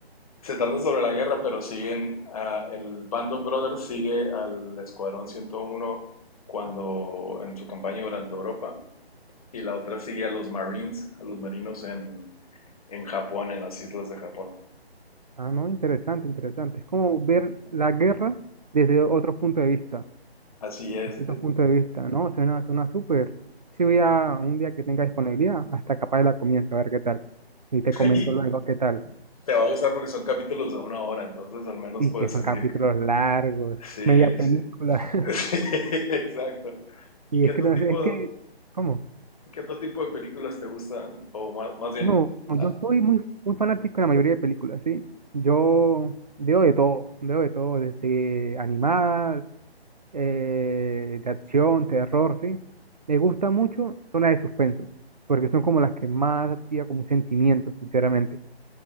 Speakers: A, on the left; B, on the right.
A: Se trata sobre la guerra, pero siguen, ah, el Band of Brothers sigue al Escuadrón ciento uno cuando en su campaña durante Europa y la otra sigue a los Marines, a los marinos en, en Japón, en las islas de Japón.
B: Ah, no, interesante, interesante. Es como ver la guerra desde otro punto de vista,
A: Así es.
B: distintos puntos de vista, ¿no? Suena, suena súper. Si voy a un día que tenga disponibilidad, hasta capaz la comienzo, a ver qué tal. Y te comento
A: Y, y
B: luego qué tal.
A: Te va a gustar porque son capítulos de una hora, entonces al menos
B: Y
A: puedes
B: que son
A: sentir
B: capítulos
A: que...
B: largos,
A: Sí,
B: media película.
A: sí. <laughs> Sí,
B: <laughs>
A: exacto. ¿Y
B: Y
A: qué
B: es
A: otro
B: que no
A: tipo,
B: sé, es que, ¿cómo?
A: qué otro tipo de películas te gustan? O más, más bien,
B: No,
A: ah,
B: yo soy muy, muy fanático de la mayoría de películas, ¿sí? Yo veo de todo, veo de todo, desde animadas eh, de acción, terror, ¿sí? Me gusta mucho son las de suspenso, porque son como las que más activan como un sentimiento, sinceramente.